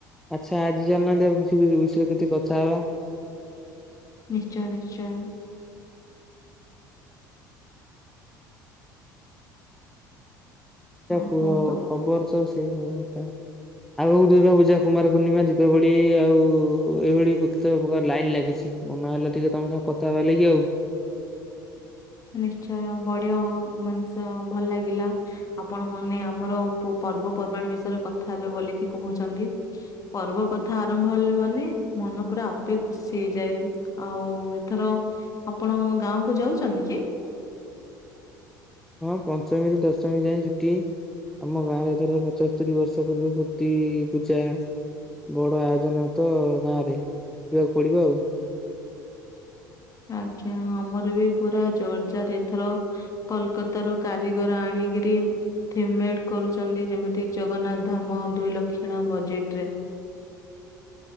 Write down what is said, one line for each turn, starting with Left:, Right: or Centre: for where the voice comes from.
Centre: ଆଚ୍ଛା ଆଜି ଚାଲିନାହାନ୍ତି ଆଉ କିଛି କିଛି ବିଷୟରେ କିଛି କଥା ହବା।
Left: ନିଶ୍ଚୟ ନିଶ୍ଚୟ। ଆଉ
Centre: କୁହ
Left: କୁହନ୍ତୁ।
Centre: ଖବର ତ ସେଇ ସବୁ କଥା। ଆଉକୁ ଦୁର୍ଗାପୂଜା, କୁମାର ପୂର୍ଣ୍ଣିମା, ଦୀପାବଳି ଆଉ ଏଇଭଳି କେତେ ପ୍ରକାର ଲାଇନ ଲାଗିଛି। ମନ ହେଲେ ଟିକେ ତମେ ସାଙ୍ଗ କଥାହେବା ଲା କି ଆଉ।
Left: ନିଶ୍ଚୟ ବଢିଆ ମଣିଷ ଭଲ ଲାଗିଲା। ଆପଣ ମାନେ ଆମର ପର୍ବପର୍ବାଣି ବିଷୟରେ କଥା ହେବେ ବୋଲିକି କହୁଛନ୍ତି। ପର୍ବ କଥା ଆରମ୍ଭ ହେଲେ ମାନେ, ମନ ପୁରା ଆପେ ଖୁସି ହେଇଯାଏ। ଆଉ ଏଥର ଆପଣ ଗାଁ କୁ ଯାଉଛନ୍ତି କି?
Centre: ହଁ ପଞ୍ଚମୀରୁୁ ଦଶମୀ ଯାଏଁ ଛୁଟି। ଆମ ଗାଁରେ ଏଥର ପଚସ୍ତରୀ ବର୍ଷ ପୂର୍ବେ ଫୂର୍ତ୍ତି ପୂଜା ବଡ ଆୟୋଜନ ତ ଗାଁ ରେ ଯିବାକୁ ପଡିବ ଆଉ।
Left: ଆଜ୍ଞା ଆମର ବି ପୁରା ଜୋରଜାର ଏଥର କୋଲକତା ରୁ କାରିଗର ଆଣିକିରି ଥିମ୍ ମେଡ଼ କରୁଛନ୍ତି ଯେମିତି ଜଗନ୍ନାଥ ଧାମ ଦୁଇ ଲକ୍ଷଣ ବଜେଟ ରେ।